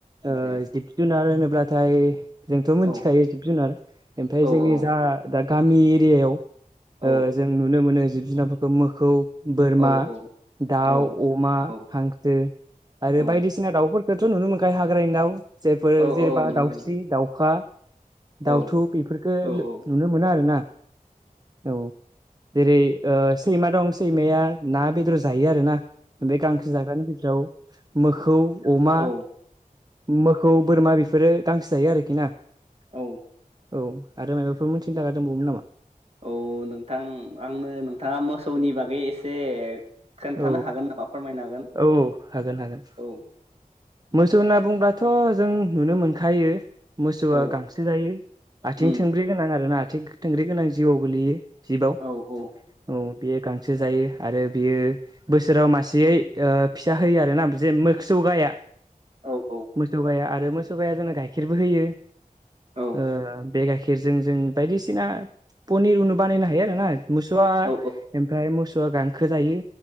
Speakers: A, on the right; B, on the right.
A: ओ
B: दे
A: जिब-जुनार होनो ब्राथाय जोंथ' मिथिखायो
B: औ
A: जिब-जुनार ओमफाय
B: औ
A: जोंनि
B: औ
A: जा दा गामि एरियाव
B: औ
A: ओ जों नुनो मोनो। जिब-जुनारफोरखौ मोखौ बोरमा,
B: औ
A: दाउ,
B: औ
A: अमा,
B: औ
A: हांसो आरो
B: औ
A: बायदिसिना दाउ फोरखौथ' नुनो मोनखायो हाग्रानि दाउ जेफोर
B: औ
A: जेनेबा
B: औ नुनो
A: दाउस्रि,
B: मोनो
A: दाउखा, दाउथु
B: औ
A: बेफोरफोरखो
B: औ औ
A: नुनो मोनो आरोना औ जेरै ओ सैमा दं सैमाया ना बेदर जायो आरो ना बे गांसो जाग्रानि बिथोराव मोखौ अमा,
B: औ
A: मो खौ, बोरमा बेफोरो गांसो जायो आरोखि ना
B: औ
A: औ आरो माबाफोर मिथिनो लागा दंबावोमोन नामा।
B: औ नोंथां आंनो नोंथाङा मोसौनि बागै एसे खोन्थानो
A: औ
B: हागोन नामा फोरमायनो हागोन
A: औ औ हागोन हागोन।
B: औ
A: मोसौ होनना बुंब्लाथ' जों नुनो मोनखायो। मोसौआ
B: औ
A: गांसो जायो आथिं
B: उम
A: थोंब्रै गोनां आरो ना। थिं थोंग्रै गोनां जिउआव गोग्लैयो। जिबआव
B: औ औ
A: औ बे गांसो जायो आरो बियो बोसोराव मासेयै ओ फिसा होयो आरोना जे मोसौ गाया।
B: औ औ
A: मोसौ गाया आर बे मोसौ गाया जोंनो गाइखेरबो होयो।
B: औ
A: ओम बे गाइखेरजों जों बायदिसिना पनिर उनु बानायनो हायो आरोना। मोसौआ
B: औ
A: ओमफ्राय मोसौ थ गांखो जायो।